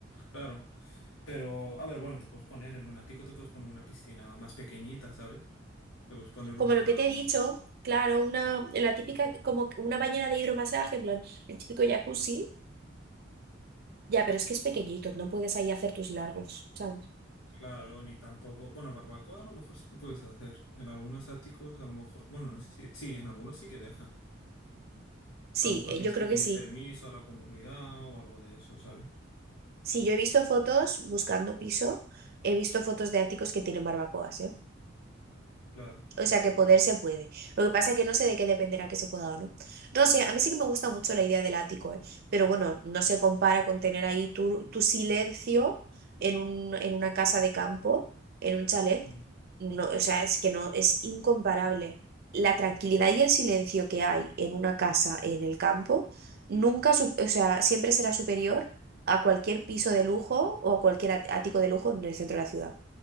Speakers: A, on the left; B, on the right.
A: claro. Pero, a ver, bueno, te puedes poner en un ático, te puedes poner una piscina más pequeñita, ¿sabes? Te puedes poner
B: como
A: una,
B: lo que te he dicho, claro, una, la típica, como que una bañera de hidromasaje, en plan, el típico jacuzzi, ya, pero es que es pequeñito, no puedes ahí hacer tus largos, ¿sabes?
A: claro, ni tampoco, bueno, barbacoa a lo mejor sí que puedes hacer. En algunos áticos, a lo mejor, bueno, no sé si, sí, en algunos sí que dejan.
B: Sí,
A: A lo mejor
B: eh,
A: tienes
B: yo
A: que
B: creo
A: pedir
B: que sí.
A: permiso a la comunidad o algo de eso, ¿sabes?
B: Sí, yo he visto fotos buscando piso, he visto fotos de áticos que tienen barbacoas, ¿eh?
A: Claro.
B: O sea, que poder se puede. Lo que pasa es que no sé de qué dependerá que se pueda o no. No sé, a mí sí que me gusta mucho la idea del ático, ¿eh? Pero bueno, no se compara con tener ahí tu, tu silencio en un, en una casa de campo, en un chalet.
A: Mm.
B: No, o sea, es que no, es incomparable. La tranquilidad y el silencio que hay en una casa en el campo, nunca, su- o sea, siempre será superior a cualquier piso de lujo o a cualquier at- ático de lujo en el centro de la ciudad.